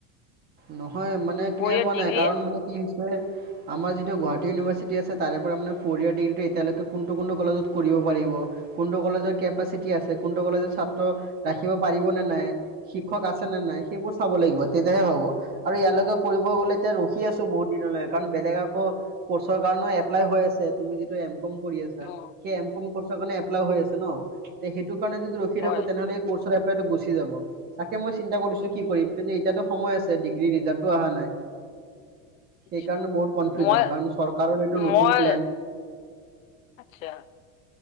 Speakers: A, on the right; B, on the left.
A: নহয় মানে ক্লিয়াৰ
B: ফ'ৰ ইয়াৰ
A: হোৱা নাই
B: ডিগ্ৰীৰ?
A: কাৰণ মানে কি আমাৰ যিটো গুৱাহাটী ইউনিভাৰ্চিটি আছে তাৰে পৰা মানে ফ' ইয়াৰ ডিগ্ৰীটো এতিয়ালৈক কোনটো কোনটো কলেজত- সুধিব পাৰিব, কোনটো কলেজৰ কেপাচিটি আছে কোনটো কলেজৰ ছাত্ৰ, ৰাখিব পাৰিব নে নাই। শিক্ষক আছে নে নাই সেইবোৰ চাব লাগিব তেতিয়াহে হ'ব। আৰু ইয়ালৈকে কৰিব গ'লে এতিয়া ৰখি আছো বহুত দিনলৈ কাৰণ বেলেগ আকৌ, কৰ্চৰ কাৰণে এপ্লাই হৈ হৈ আছে তুমি যিটো এম কম কৰি আছা,
B: অ
A: সেই এম কম কৰ্চৰ কাৰণে এপ্লাই হৈ আছে ন' তে সেইটো কাৰণে যদি ৰখি
B: হয়।
A: থাকোঁ তেনেহ'লে এই কৰ্চৰ এপ্লাইটো গুচ গুচি যাব, তাকে মই চিন্তা কৰিছোঁ কি কৰিম কিন্তু এতিয়াতো সময় আছ ছে, ডিগ্ৰীৰ ৰিজালটো অহা নাই।
B: আচ্ছা
A: সেইকাৰণে বহুত কনফিউজন
B: মই
A: কাৰণ চৰকাৰৰ এইটো নতুন
B: মই
A: প্লেন।
B: আচ্ছা,